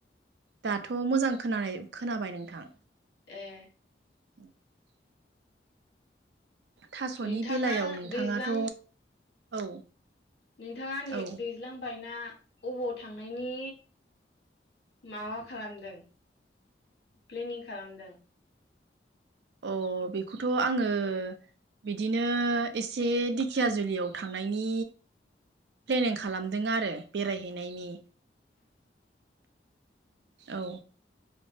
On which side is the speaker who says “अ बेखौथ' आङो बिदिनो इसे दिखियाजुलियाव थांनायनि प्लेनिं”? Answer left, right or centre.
Right